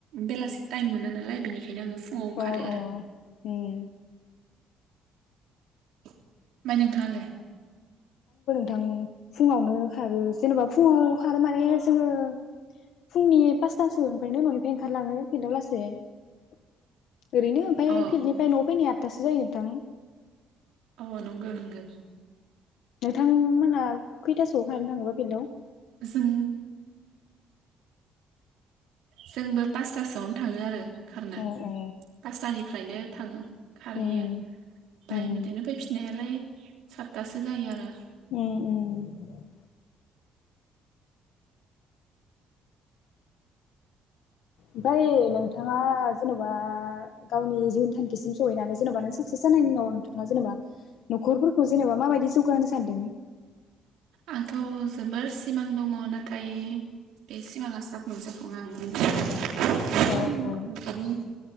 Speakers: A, on the right (about 85°); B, on the left (about 65°).
A: बेलासे टाइम मोना नालाय बेनिखाय नो आङो फुङाव
B: अ
A: खारो आरो।
B: उम
A: ओमफ्राय नोंथाङालाय?
B: थां फुङावनो खारो जेनबा फुङाव खारो माने जोङो फुंनि पासथासो निफ्रायनो न'निफाय ओंखारलाङो फिल्डआव लासे से। ओरैनो ओमफाय
A: अ
B: फिल्डनिफ्राय न'आव फैनाया आदथासो जायो नोंथां।
A: औ नंगो नंगो।
B: नोंथांमोना खैथासोआव खारनो थाङोबा फिल्डआव?
A: जों जोंबो पासथासोआवनो थाङो आरो खारनो
B: अ अ
A: फासटानिफ्रायनो थाङो। खारहैयो‌
B: उम
A: फाय
B: उम
A: बिदिनो फैफिनायालाय सातथासो जायो आरो।
B: उम उम। ओमफाय नोंथाङा जेन'बा गावनि जिउनि थांखिसिम सहैनानै जेनेबा नों साक्सेस जानायनि उनाव नोंथाङा जेनेबा न'खरफोरखौ जेनेबा माबायदि जौगाहोनो सानदों?
A: आंथ' जोबोर सिमां दङ' नाथाय बे सिमाङासो जाफुंना जाफुङा आं मिथिया
B: औ
A: आरो।
B: औ
A: <unintelligible>